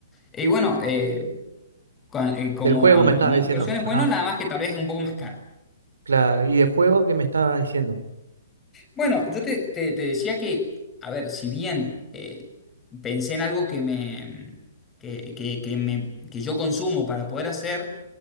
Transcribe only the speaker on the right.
Del juego
me
estabas
diciendo.
ajá
Claro, y de juego que me estabas diciendo.